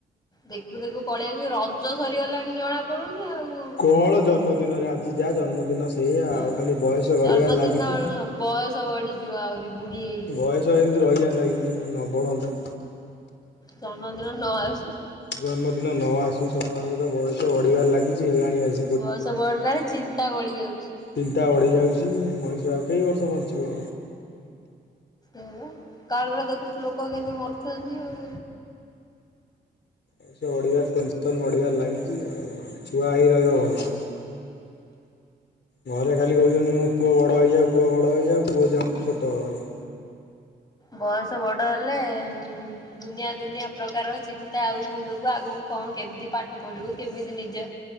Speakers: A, on the left; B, on the left.
A: ଦେଖୁ ଦେଖୁ ପଳେଇବି ରଜ ସରିଗଲାଣି ଜଣା ପଡୁନି ଆଉ।
B: କଣ ଜନ୍ମଦିନରେ ଆଜି ଯାଆ ଜନ୍ମଦିନ ସେ ସେଇଆ
A: ହଁ
B: ଆଉ ଖାଲି ବୟସ
A: ଜନ୍ମଦିନ
B: ଗଡେଇବାରେ ଲାଗିଚି
A: ବୟସ ବଢିଯିବ ଆହୁରି ବୁଢୀ ହେଇଯିବୁ।
B: ବୟସ ଏମିତି ରହିଯାନ୍ତା କି ନ ବଢ଼ନ୍ତା।
A: ଜନ୍ମଦିନ ନ ଆସୁ।
B: ଜନ୍ମଦିନ ନଆସୁ ସମୟ ସହିତ ବୟଚ ବଢିବାରେ ଲାଗିଛି ହେଲାଣି ଆଜି
A: ବୟସ ବଢିଲାଣି ଚିନ୍ତା ବଢି ଯାଉଛି।
B: ଚିନ୍ତା ବଢ଼ି ଯାଉଛି ମଣିଷ ଆଉ କେଇ ବର୍ଷ ବଞ୍ଚିବ।
A: ଅକାଳରେ ଦେଖୁଛୁ ଲୋକ କେମିତି ମରୁଛନ୍ତି ଆଉ।
B: ମଣିଷ ବଢ଼ିବାର ଟେନସନ୍ ବଢ଼ିବାରେ ଲାଗିଛି ଆଉ ଛୁଆ ହେଇ ରହିବ ଭଲ। ଘରେ ଖାଲି କହୁଛନ୍ତି ମୋ ପୁଅ ବଡ଼ ହେଇଯାଉ ପୁଅ ବଡ଼ ହେଇଯାଉ ପୁଅ ଚାହୁଁଛି ଛୋଟ ହେବାକୁ।
A: ବୟଷ ବଡ ହେଲେ ଏଉଁ ଦୁନିଆ ଦୁନିଆ ପ୍ରକାର ଚିନ୍ତା ଆଉଚି ମୁଣ୍ଡକୁ ଆଗକୁ କଣ କେମିତି ପାଠ ପଢିବୁ କେମିତି ନିଜ